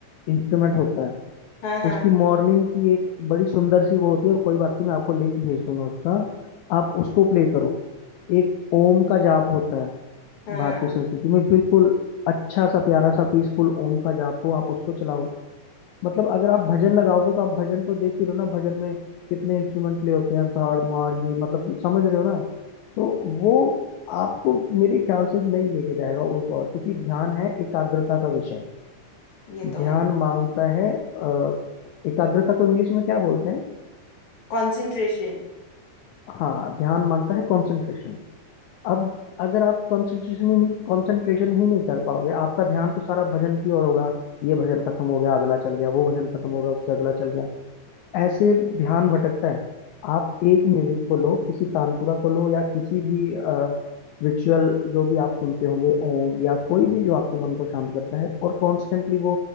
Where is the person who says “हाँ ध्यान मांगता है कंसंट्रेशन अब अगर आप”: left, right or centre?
Left